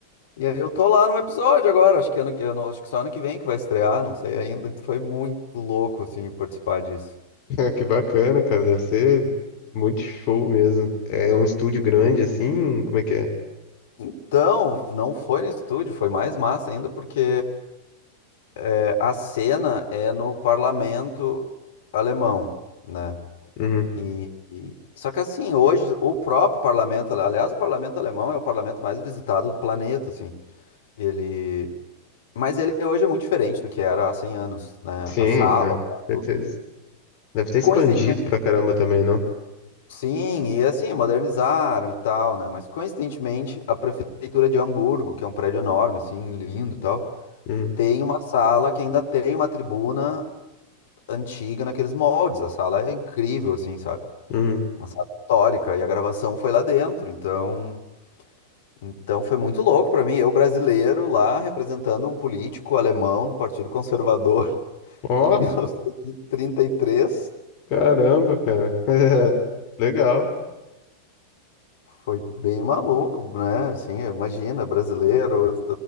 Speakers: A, on the left; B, on the left.
A: E aí eu tô lá num episódio agora, acho que ano, que- eu não- acho que só ano que vem que vai estrear, não sei ainda. Foi muito louco, assim, participar disso.
B: <laughs> Que bacana, cara. Deve ser muito show mesmo. É um estúdio grande, assim? Como é que é?
A: Então, não foi no estúdio, foi mais massa ainda, porque é, a cena é no parlamento alemão, né?
B: Uhum.
A: E, e- só que assim, hoje o próprio parlamento, aliás, o parlamento alemão é o parlamento mais visitado do planeta, assim. Ele, mas ele hoje é muito diferente do que era há 100 anos, né?
B: Sim,
A: A sala,
B: cara,
A: tá,
B: certeza.
A: tudo.
B: Deve ter expandido
A: Coincidentemente,
B: pra caramba também, não?
A: sim, e assim, modernizaram e tal, né? Mas coincidentemente, a prefeitura de Hamburgo, que é um prédio enorme, assim, lindo e tal,
B: Uhum.
A: tem uma sala que ainda tem uma tribuna antiga naqueles moldes. A sala é incrível, assim, sabe?
B: Uhum.
A: Uma sala histórica e a gravação foi lá dentro, então Então foi muito louco pra mim, eu brasileiro lá representando um político alemão do Partido Conservador <laughs>
B: Ó,
A: em 1933.
B: caramba, cara. <laughs> Legal.
A: Foi bem maluco, né? Assim, imagina, brasileiro,